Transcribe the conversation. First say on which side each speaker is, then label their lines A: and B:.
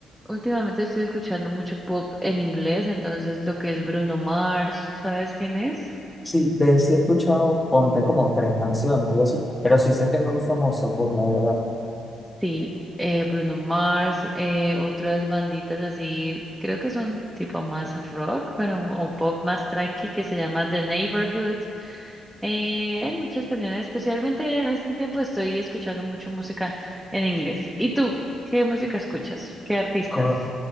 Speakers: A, in the centre; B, on the left.
A: Últimamente estoy escuchando mucho pop en inglés, entonces lo que es Bruno Mars, ¿sabes quién es?
B: Sí, de él sí he escuchado, ponte como tres canciones, algo así, pero sí sé que es muy famoso, pues la verdad.
A: Sí, eh, Bruno Mars, eh, otras banditas así, creo que son tipo más rock, pero o pop más tranqui que se llama The Neighborhood. Eh, hay muchas canciones, especialmente en este tiempo estoy escuchando mucho música en inglés. ¿Y tú? ¿Qué música escuchas? ¿Qué artistas?
B: Co-